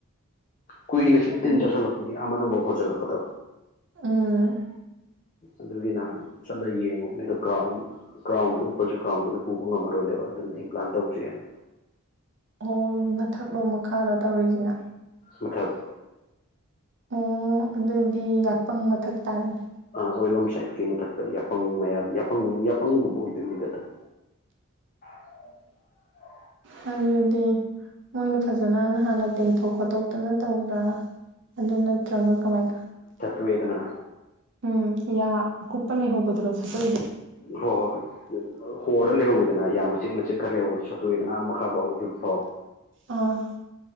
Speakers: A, on the left; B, on the right.
A: ꯀꯨꯏꯅ ꯁꯨꯝ
B: ꯑꯣ
A: ꯇꯤꯟ ꯆꯥꯁꯤꯜꯂꯛꯄ ꯑꯩꯈꯣꯏꯒꯤ ꯌꯥꯝ ꯃꯅꯨꯡ ꯍꯟꯖꯤꯜꯂꯛꯄꯗꯣ
B: ꯎꯝ
A: ꯑꯗꯨꯒꯤ ꯅꯍꯥꯟ ꯆꯠꯂꯒ ꯌꯦꯡꯉꯨꯕꯅꯦꯗꯣ ꯀ꯭ꯔꯥꯎꯟ ꯀ꯭ꯔꯥꯎꯟꯣ ꯎꯞꯄꯁꯨ ꯀ꯭ꯔꯥꯎꯟꯗꯨꯅ ꯄꯨꯕ ꯉꯝꯃꯔꯣꯏꯗꯕ ꯑꯗꯨꯅ ꯑꯩꯝ ꯄ꯭ꯂꯥꯟ ꯇꯧꯁꯦꯅ
B: ꯑꯣ ꯃꯊꯛꯂꯣꯝ ꯃꯈꯥꯗ ꯇꯧꯔꯤꯁꯤꯅ
A: ꯃꯊꯛ
B: ꯑꯣ ꯑꯗꯨꯗꯤ ꯌꯥꯥꯛꯄꯪ ꯃꯊꯛ ꯇꯥꯔꯅꯦ
A: ꯑ ꯑꯣꯏꯂꯣꯝ ꯁꯥꯏꯠꯀꯤ ꯃꯊꯛꯇ ꯌꯥꯄꯪꯪ ꯌꯥꯄꯪꯒꯨꯝꯕ ꯑꯣꯏꯗꯣꯏꯅꯤꯗ ꯑꯗꯨꯝ <inaudible>
B: ꯍꯥꯏꯗꯤ ꯃꯣꯏꯅ ꯐꯖꯅꯅ ꯍꯥꯟꯅ ꯇꯦꯡꯊꯣꯛ ꯈꯣꯠꯇꯣꯛꯇꯅ ꯇꯧꯕ꯭ꯔꯥ ꯑꯗꯨ ꯅꯠꯇ꯭ꯔꯒ ꯀꯃꯥꯏꯧ
A: ꯋꯦꯗꯅꯥ
B: ꯎꯝ ꯌꯥ ꯈꯨꯄ ꯂꯩ ꯍꯗ꯭ꯔꯣ ꯁꯇꯣꯦ
A: ꯍ ꯍꯣꯏ ꯍꯣꯔꯔ ꯂꯩꯍꯧꯤꯗꯅ ꯌꯥꯝꯅꯆꯤꯛꯅꯆꯦꯠ ꯈꯔ ꯂꯩꯍꯧꯕꯗꯣ ꯆꯠꯇꯣꯛꯑꯦꯗꯅ ꯑ ꯃꯈꯥ ꯐꯥꯎ ꯍꯧꯖꯤꯛ ꯐꯥꯎ
B: ꯑ